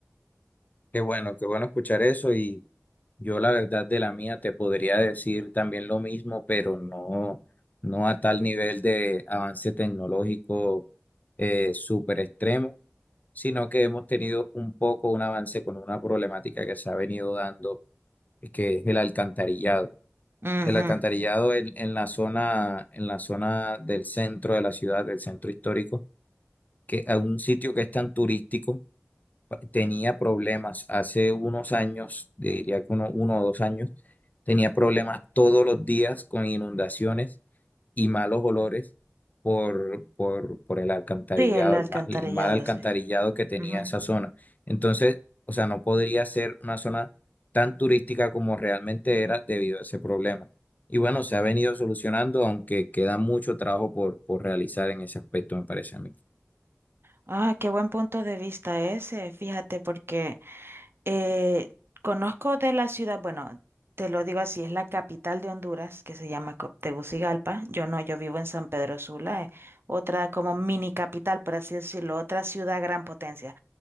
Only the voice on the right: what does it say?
Ujú.
Sí, el alcantarillado,
sí.
Ujú.
Ah, qué buen punto de vista ese, fíjate, porque eh, conozco de la ciudad, bueno, te lo digo así, es la capital de Honduras, que se llama Co- Tegucigalpa. Yo no, yo vivo en San Pedro Sula, eh, otra como mini capital, por así decirlo, otra ciudad gran potencia.